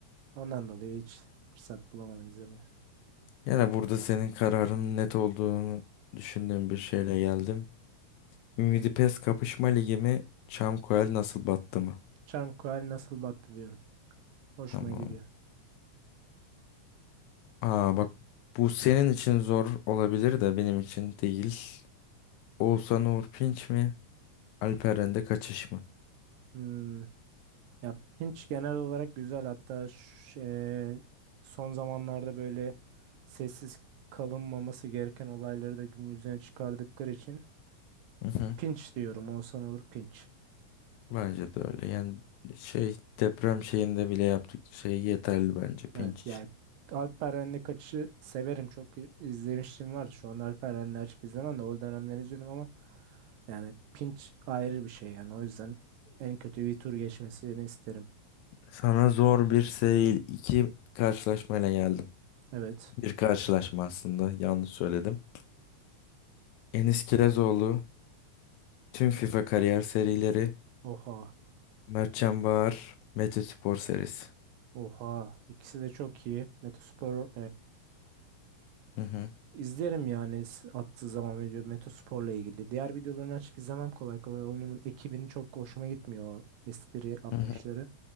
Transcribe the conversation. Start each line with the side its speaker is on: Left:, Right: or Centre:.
Right: Ondan dolayı hiç fırsat bulamadım izlemeye.
Left: Yine burada senin kararının net olduğunu düşündüğüm bir şeyle geldim. Ümidi Pes kapışma ligi mi? Çamkoel nasıl battı mı?
Right: Çarmıh Kuali nasıl battı diyorum. Hoşuma
Left: Tamam.
Right: gidiyor.
Left: Aa bak bu senin için zor olabilir de benim için değil. Oğuzhan Uğur Pinç mi? Alperen'de kaçış mı?
Right: Hmm. Ya Pinch genel olarak güzel hatta ş- eee, son zamanlarda böyle sessiz kalınmaması gereken olayları da gün yüzüne çıkardıkları için
Left: Hı hı.
Right: Pinch diyorum. olsan olur Pinch.
Left: Bence de öyle. Yani şey deprem şeyinde bile yaptık. Şey yeterli bence Pinç
Right: Evet
Left: için.
Right: yani Alperen'le kaçışı severim. Çok i- izlemiştim var. Şu an Alperen'le açıp izlemem de o dönemler izliyordum ama yani Pinch ayrı bir şey yani. O yüzden en kötü bir tur geçmesini isterim.
Left: Sana zor bir seri iki karşılaşmayla geldim.
Right: Evet.
Left: Bir karşılaşma aslında yanlış söyledim. Enis Kirazoğlu, tüm FIFA kariyer serileri,
Right: Oha.
Left: Mertcan Bahar, Mete Spor serisi.
Right: Oha. İkisi de çok iyi. Metospor
Left: Hı hı.
Right: İzlerim yani s- attığı zaman video Metospor'la ilgili. Diğer videolarını açıp izlemem kolay kolay. Onun ekibinin çok hoşuma gitmiyor o espri anlayışları.
Left: Hı hı.